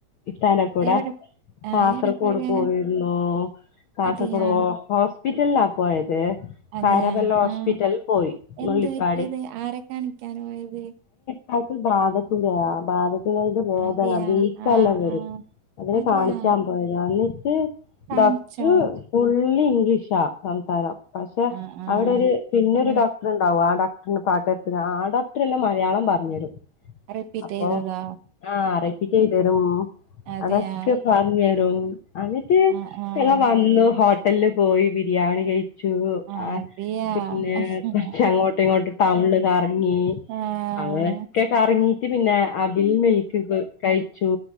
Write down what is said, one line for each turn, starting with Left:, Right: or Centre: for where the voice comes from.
Left: ഇത്താന്റകൂടെ
Right: എവിടെ
Left: കാസർഗോഡ്പോയിരുന്നു.
Right: ആഹ് എവിടെ പോയത്
Left: കാസർഗോഡ്ഒ
Right: അതെയാ
Left: ഹോസ് പിറ്റലിലാ പോയത്.
Right: അതെയാ
Left: കാരവല്ല ഹോസ്പിറ്റൽപോയി
Right: ആഹ് എന്ത്
Left: നുള്ളിപ്പാടി
Right: പറ്റിയത് ആരെ കാണിക്കാന് പോയത്
Left: പാത്തിൽ ബാധത്തിന്റേ ആ വാതത്തിതിന് ആയിട്ടു വേദന
Right: അതെയാ
Left: ബീക്കെല്ലാം
Right: ആഹ്
Left: വരും
Right: ആഹ്
Left: അതിനെ
Right: അതെയാ
Left: കാണിക്കാൻ പോയ അന്നിച്ച്
Right: കാണിച്ചോ
Left: ഡോക് ട്രർ ഫുള്ളിഗ്ലീഷാ സംസാരം പക്ഷെ
Right: ആഹ് ആഹ്
Left: അവിടെ ഒരു പിന്നൊരു
Right: ഉം
Left: ഡോക്ടർണ്ടാവും ആ ഡോക്ടറിന് പാക ആ ഡോക്ടർല്ലാം മലയാളം പറഞ്ഞരും
Right: റിപ്പീറ്റ്
Left: അപ്പൊ
Right: ചെയ്തതാ
Left: ആ റെപ്പീറ്റ് എയ്തരും
Right: അതെയാ
Left: അതൊക്കെപ നെരും അന്നിട്ട്
Right: ആഹ് ആഹ്
Left: ഞങ്ങവന്നു ഹോട്ടലില് പോയി ബിരിയാണി കഴ് ചു
Right: അതെയാ
Left: അ പിന്നെ
Right: ആഹ്
Left: കൊറ്ച്ച് അങ്ങോട്ട് ഇങ്ങോട്ട് ടൗണില് കറങ്ങി
Right: ആഹ്
Left: അങ്ങനൊക്കെ കറങ്ങീട്ട് പിന്നെ അബിൽ മിൽക്ക് കഴിച്ചു.